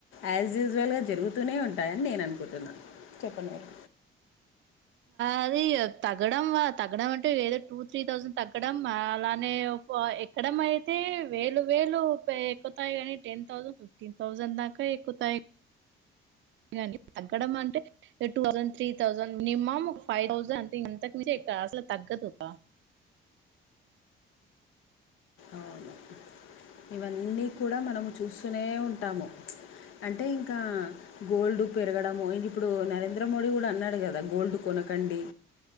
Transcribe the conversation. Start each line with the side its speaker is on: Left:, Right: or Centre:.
Left: యాజ్ యూజువల్ గా జరుగుతూనే ఉంటాయని నేను అనుకుంటున్నా చెప్పండి మీరు
Right: అది తగ్గడం తగ్గడం అంటే ఏదో టూ త్రీ థౌజండ్ తగ్గడం అలానే ఎక్కడం అయితే వేలు వేలు ఎక్కుతాయి కానీ టెన్ తౌసండ్ థౌజండ్ దాకా ఎక్కుతాయి కాని తగ్గడం అంటే two thousand three thousand minimum ఒక ఫైవ్ థౌసండ్ అంతే ఇంతకు మంచి ఆసలు తగ్గదు ఒక
Left: అవును ఇవన్నీ కూడా మనము చూస్తూనే ఉంటాము అంటే ఇంకా గోల్డ్ పెరగడము అం ఇప్పుడు నరేంద్ర మోడీ కూడా అన్నాడు కదా గోల్డ్ కొనకండి